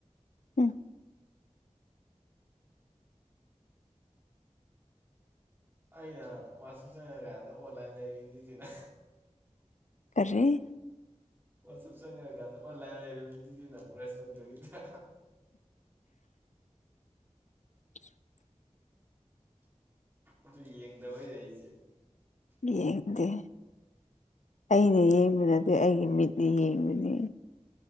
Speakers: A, on the left (about 80°); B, on the right (about 20°).
A: ꯎꯝ
B: ꯑꯩꯅ ꯋꯥꯆꯞ ꯆꯪꯉꯀꯥꯟꯗ ꯑꯣꯟꯂꯥꯏꯟ ꯂꯩꯔꯤꯗꯨꯁꯤꯅ
A: ꯀꯔꯤꯔꯤ
B: ꯋꯥꯆꯞ ꯆꯪꯉꯛꯑꯀꯥꯟꯗ ꯑꯣꯟꯂꯥꯏꯟ ꯂꯩꯔꯝꯃꯤꯗꯨꯗꯤ ꯅꯪ ꯕ꯭ꯔꯁ ꯇꯧꯗꯣꯏꯗ
A: <inaudible>
B: ꯑꯗꯨ ꯌꯦꯡꯗꯕ ꯍꯩꯔ ꯑꯩꯁꯦ
A: ꯌꯦꯡꯗꯦ ꯑꯩꯅ ꯌꯦꯡꯕ ꯅꯠꯇꯦ ꯑꯩꯒꯤ ꯃꯤꯠꯅ ꯌꯦꯡꯕꯅꯤ꯫